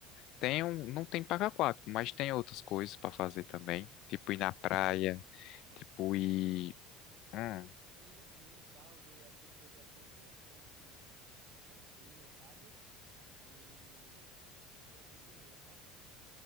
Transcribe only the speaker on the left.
tem um, não tem paga quatro, mas tem outras coisas para fazer também, tipo ir na praia, tipo ir,
hum,